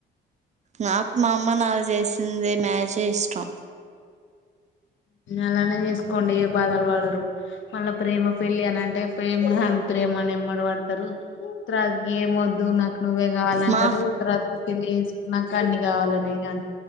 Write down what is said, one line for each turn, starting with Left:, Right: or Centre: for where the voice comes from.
Right: నాకు మా అమ్మ నాన్న చేసింది మ్యారేజే ఇష్టం.
Left: అలానే చేసుకోండి. ఏ బాధలు పడరు. మళ్ళా ప్రేమ పెళ్లి అని అంటే ప్రేమ అని ప్రేమ అని ఎమ్మట పడతరు. తరవాతకి ఏ వొద్దు నాకు నువ్వే కావాలంటరు.
Right: మా
Left: తరవాతకి పెళ్ళి చేసుకున్నాక అన్ని గావాలనైన అం